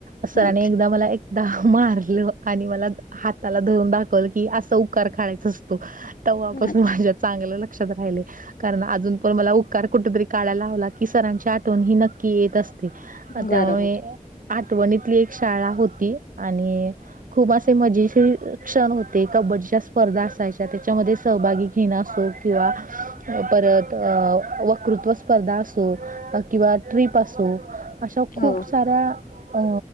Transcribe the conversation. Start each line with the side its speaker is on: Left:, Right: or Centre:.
Right: सराने
Left: अच्छा
Right: एकदा मला एकदा मारलं आणि मला हाताला धरून दाखवल की अस उकार खायच असतो ते्हापासून
Left: अच्छा
Right: माझ्या चांगलं लक्षात राहिले कारण अजून पण मला उपकार कुठेतरी काढायला लावला लकी सरांची आठवण ही नक्की येत असते ते त्यामुळे
Left: बरोबर
Right: आठवणीतली एक शाळा होती आणि खूप असे मजे शीर क्षण होते ते कबड्डीच्या स्पर्धा असायच्या त्याच्यामध्ये सहभागी घेणं असो किंवा परत वकृत्व स्पर्धा असो किंवा ट्रीप असो अशा खूप
Left: हो.
Right: साऱ्या अ